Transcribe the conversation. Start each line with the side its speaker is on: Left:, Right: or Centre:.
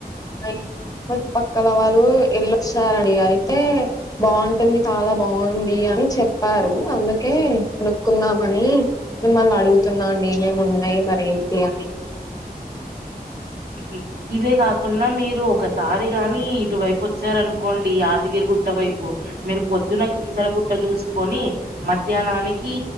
Left: మ ఇం పక్ పక్కల వాళ్ళు ఎల్ళొస్తారడి అయితే, బాగుంటుంది చాలా బాగుంది అని చెప్పారు. అందుకే కొనుక్కుందామని, మిమ్మల్ని అడుగుతున్నా నేనేమి ఉన్నాయి మరేంటి అని
Right: మ్ ఇవే కాకుండా మీరు ఒకసారిగాని ఇటువైపు వచ్చారను కోండి యాదగిరి గుట్ట వైపు మీరు పొద్దున్న కీసరగుట్ట చూసుకొని మధ్యాహ్నానికి